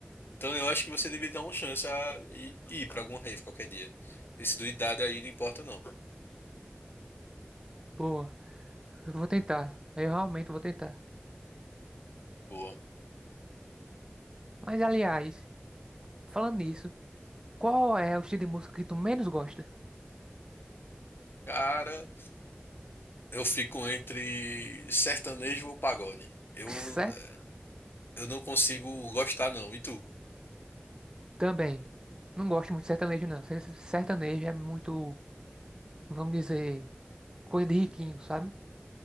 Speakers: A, on the left (about 65°); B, on the right (about 20°).
A: Então eu acho que você deveria dar uma chance a ir, ir para alguma rave qualquer dia. Esse do idade aí não importa não.
B: Boa. Eu vou tentar. Eu realmente vou tentar.
A: Boa.
B: Mas, aliás, falando nisso. Qual é o estilo de música que tu menos gosta?
A: Cara, eu fico entre sertanejo ou pagode. Eu,
B: Certo?
A: eh, eu não consigo gostar não. E tu?
B: Também. Não gosto muito de sertanejo, não. Se- se- Sertanejo é muito, vamos dizer, coisa de riquinho, sabe?